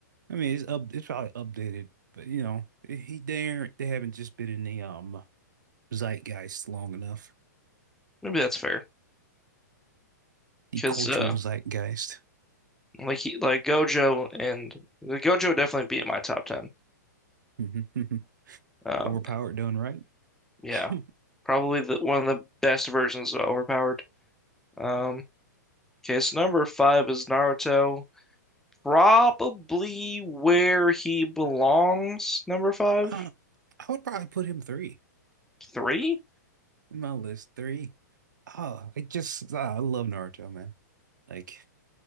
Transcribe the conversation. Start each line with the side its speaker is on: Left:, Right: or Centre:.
Right: I mean, it's up. It's probably updated, but you know, he there. They haven't just been in the um zeitgeist long enough.
Centre: Maybe that's fair,
Right: The
Centre: because
Right: cultural
Centre: uh,
Right: zeitgeist.
Centre: like he like Gojo and Gojo definitely be in my top ten.
Right: <laughs>
Centre: Um,
Right: Overpowered, done right.
Centre: yeah,
Right: <laughs>
Centre: probably the, one of the best versions of overpowered. Um, okay, so number five is Naruto. Probably where he belongs, number five?
Right: Uh, I would probably put him three.
Centre: Three?
Right: My list three. Oh, it just ah, I love Naruto, man. Like